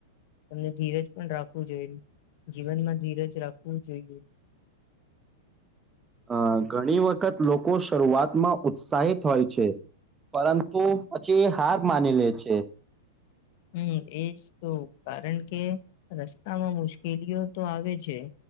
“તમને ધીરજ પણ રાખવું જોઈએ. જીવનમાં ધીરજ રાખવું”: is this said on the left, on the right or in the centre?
Left